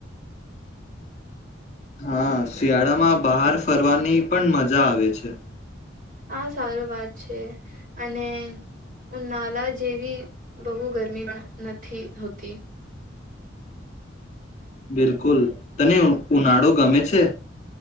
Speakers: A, on the left; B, on the right.
A: હા શિયાળામાં બહાર ફરવાની પણ મજા આવે છે.
B: આ સારું વાત છે અને ઉનાલા જેવી બહુ ગરમી નથી હોતી.
A: બિલકુલ તને ઉનાળો ગમે છે?